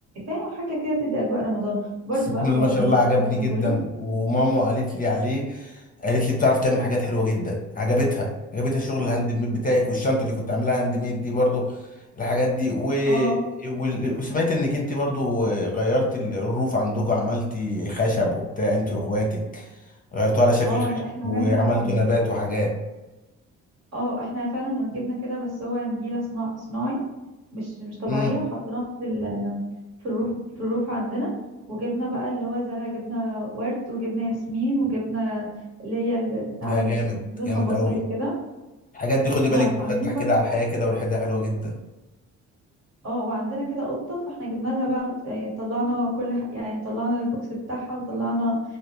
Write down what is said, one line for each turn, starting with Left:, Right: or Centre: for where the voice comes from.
Right: فاهم حاجة كده تدي أجواء رمضان برضو
Left: بس بسم
Right: بقى
Left: الله
Right: فوانيس
Left: ما شاء الله عجبني
Right: والكلام ده
Left: جدا
Right: كله
Left: وماما قالت لي عليه قالت لي بتعرف تعمل حاجات حلوه جدا عجبتها عجبتها الشغل
Right: اه
Left: الهاند ميد بتاعك والشنطه اللي كنت عاملاها هاند ميد دي برضو الحاجات دي و...
Right: اه
Left: وال- وسمعت انك انت برضو غيرت الروف عندكم عملتي خشب وبتاع انت واخواتك غيرتوه على شكل
Right: اه
Left: خشب
Right: لا احنا
Left: وعملتوا
Right: عملنا
Left: نبات وحاجات
Right: اه احنا فعلا جبنا كده بس هو نجيلة صناع صناعي مش مش طبيعية
Left: امم
Right: وحطيناها في ال... في الروف في الروف عندنا وجبنا بقى اللي هو زرع جبنا ورد وجبنا ياسمين وجبنا اللي هي ال- بتاع
Left: لا
Right: ال-
Left: جامد
Right: لونها
Left: جامد
Right: بصلي
Left: قوي
Right: كده
Left: الحاجات دي خدي
Right: وعاملين
Left: بالك بتفتح كده على الحياة كده وريحتها حلوة جدا
Right: اه وعندنا كده قطة فاحنا جبنا لها بقى آه، طلعنا كل ح... يعني طلعنا البوكس بتاعها وطلعنا